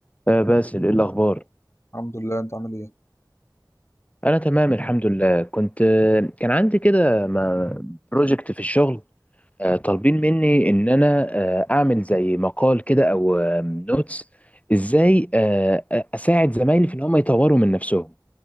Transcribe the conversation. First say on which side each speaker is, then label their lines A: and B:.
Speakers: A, on the left (about 20°); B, on the left (about 35°).
A: آه، باسل ايه الاخبار
B: الحمد لله انت عامل ايه
A: انا تمام الحمد لله كنت آه، كان عندي كده بروجكت في الشغل آه، طالبين مني ان انا آه، اعمل زي مقال كده او نوتس ازاي آه، اساعد زمايلي في ان هم يطوروا من نفسهم